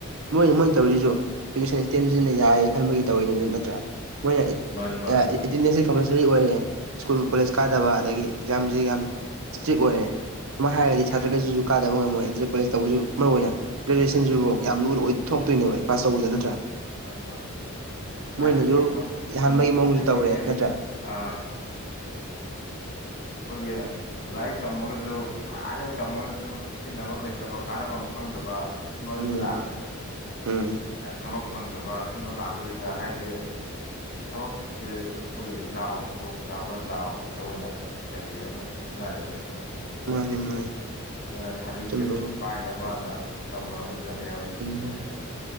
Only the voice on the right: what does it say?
ꯃꯣꯏꯅ ꯃꯣꯏꯅ ꯇꯧꯔꯤꯁꯤꯁꯨ ꯏꯗꯨꯀꯦꯁꯟ ꯁꯤꯁꯇꯦꯝꯁꯤꯖꯤꯅ ꯌꯥꯏꯌꯦ ꯈꯟꯕꯒꯤ ꯇꯧꯋꯏꯅꯤꯅ ꯅꯠꯇ꯭ꯔꯥ ꯃꯣꯏꯅ
ꯑꯦꯇꯦꯟꯗꯦꯟꯁꯁ ꯀꯝꯄꯜꯁꯔꯤ ꯑꯣꯏꯔꯦ ꯁ꯭ꯀꯨꯜ ꯀꯣꯂꯦꯖ ꯀꯥꯗꯕ ꯑꯗꯒꯤ ꯑꯦꯛꯖꯥꯝꯁꯤ ꯌꯥꯝ ꯏꯁꯇ꯭ꯔꯤꯛ ꯑꯣꯏꯔꯦ ꯑꯗꯨ ꯍꯥꯏꯔꯒꯗꯤ
ꯁꯥꯇ꯭ꯔꯈꯩꯁꯤꯁꯨ ꯀꯥꯗꯕ ꯉꯝꯃꯣꯏ ꯑꯦꯟꯇ꯭ꯔ ꯀꯣꯂꯦꯖ ꯇꯧꯕꯁꯨ ꯃꯔꯨꯑꯣꯏ ꯑꯣꯏꯅ ꯒ꯭ꯔꯦꯖꯨꯑꯦꯁꯟꯁꯤꯕꯨ
ꯌꯥꯝ ꯂꯨꯅ ꯑꯣꯏ ꯊꯣꯛꯇꯣꯏꯅꯦꯕ ꯑꯩ ꯄꯥꯁ ꯇꯧꯕꯗ ꯅꯠꯇ꯭ꯔꯥ
ꯃꯣꯏꯅꯁꯨ
ꯌꯥꯍꯟꯕꯒꯤ
ꯃꯑꯣꯡꯁꯨ
ꯇꯧꯔꯦ ꯅꯠꯇ꯭ꯔꯥ
ꯎꯝ
ꯎꯝ
ꯃꯥꯅꯦ ꯃꯥꯅꯤ
ꯆꯨꯝꯕ ꯋꯥ
ꯎꯝ